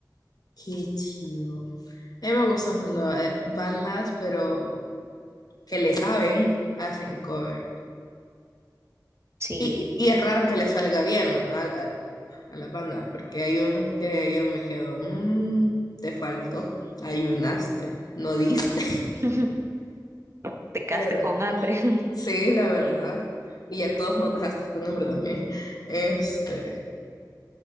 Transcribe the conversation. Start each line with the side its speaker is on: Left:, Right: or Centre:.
Left: qué chido. A mí me gustan cuando eh, bandas, pero que le saben, hacen cover.
Right: Sí.
Left: Y, y es raro que le salga bien a, a- a las bandas, porque hay unos que yo me quedo, "Mm, te faltó, ayunaste, no diste. <laughs>
Right: <laughs> Te quedaste
Left: Pero
Right: con
Left: ajá,
Right: hambre. <laughs>
Left: sí, la verdad. Y a todos nos dejaste con hambre también. Este,